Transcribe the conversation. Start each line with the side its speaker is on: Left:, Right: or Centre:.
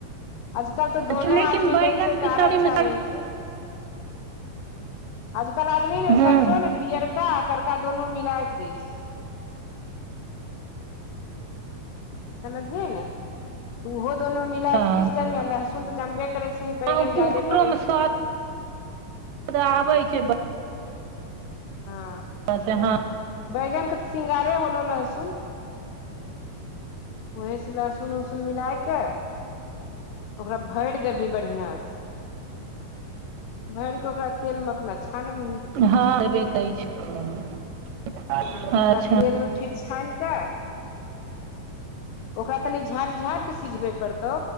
Left: आजकल तऽ
Right: अच्छा
Left: दोनो
Right: लेकिन
Left: आदमी
Right: बैगन
Left: दै छैय
Right: के
Left: तऽ
Right: सब्जी
Left: आर अच्छा
Right: मे सरसो
Left: रहै छैय। आजकल आदमी ने
Right: हूँ
Left: सरसो ने पियरका आ करका दुनू मिला के दै छैय। समझहे ने तऽ ओहो दुनू मिला
Right: हँ
Left: क पीस देबही आ लहसुन तऽ जानबे करै छिही बैगन
Right: ओकरो
Left: जा्यादे पड़े
Right: मे
Left: छैय।
Right: स्वाद आबै छैय ब
Left: हँ
Right: बढ़िया से हँ
Left: बैगनके तऽ स्रृंगारे होलौ लहसुन। ओहे से लहसुन उसुन मिलाइके ओकरा भरि देबी बढ़िआंसे भरि कऽ ओकरा तेल मे अपना छानबी।
Right: हँ हबेै <unintelligible>
Left: हँ ओकरा
Right: अच्छा।
Left: तेल मे फिर छान कऽ ओकरा तनि झाँपि झाँपि कऽ सिझबै पड़तौ।